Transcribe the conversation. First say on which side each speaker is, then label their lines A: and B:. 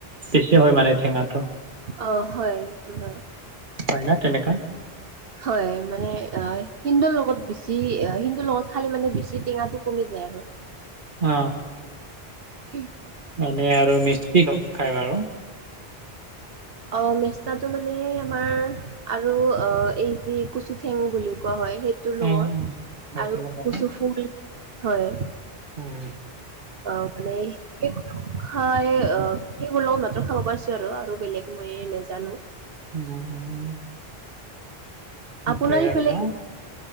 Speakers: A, on the right; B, on the right.
A: বেছি হয় মানে টেঙাটো।
B: অ হয় সেইটো হয়।
A: হয় না তেনেকা।
B: হয়, মানে অ হিন্দুৰ লগত বেছি হিন্দুৰ লগত, খালে মানে বেছি টেঙাটো কমি যায় আৰু।
A: অ।
B: উম
A: মানে আৰু মিসকি <unintelligible> খাই বাৰু।
B: অ মেষ্টাটো মানে আমাৰ, আৰু অ এই যি কুচুথেঙ বুলি কোৱা হয় সেই, সেইটোৰ লগত
A: উম, উম। সেইটো
B: আৰু
A: লগতে
B: কচু ফুল হয়,
A: উম।
B: অ মানেই, সেইবোৰ খাই অ সেইবোৰ লগ মাত্ৰ খাব পাৰিছো আৰু আৰু বেলেগ মই নজানো।
A: উম। সেইটোৱে
B: আপোনাৰ সেইফালে-
A: আৰু ন?